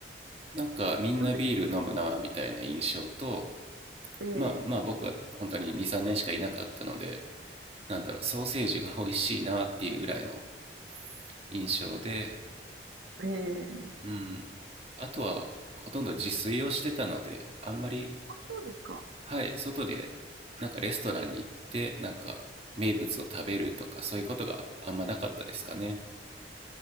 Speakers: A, on the right; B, on the right.
A: なんかみんなビール飲むなみたいな印象と、
B: どうですええ
A: まあまあ僕は本当に2、3年しかいなかったので、なんだろう、ソーセージが美味しいなっていうぐらいの印象で、
B: ええ
A: うん。あとはほとんど自炊をしてたので、あんまり、
B: あ、そうですか。
A: はい、外でなんかレストランに行って、なんか名物を食べるとかそういうことがあんまなかったですかね。